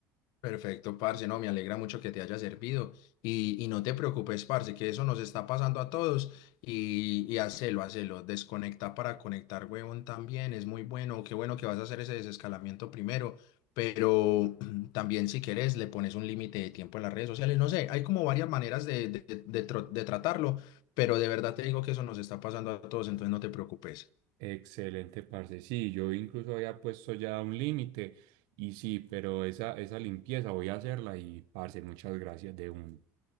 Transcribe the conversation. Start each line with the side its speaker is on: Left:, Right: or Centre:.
Left: Perfecto, parce, no, me alegra mucho que te haya servido y, y no te preocupes, parce, que eso nos está pasando a todos y, y hacelo, hacelo, desconecta para conectar, huevón, también, es muy bueno, qué bueno que vas a hacer ese desescalamiento primero, pero <clears throat> también si quieres le pones un límite de tiempo en las redes sociales, no sé, hay como varias maneras de, de, de tro- de tratarlo, pero de verdad te digo que eso nos está pasando a todos, entonces no te preocupes,
Right: Excelente, parce. Sí, yo incluso había puesto ya un límite y sí, pero esa, esa limpieza voy a hacerla y, parce, muchas gracias de un.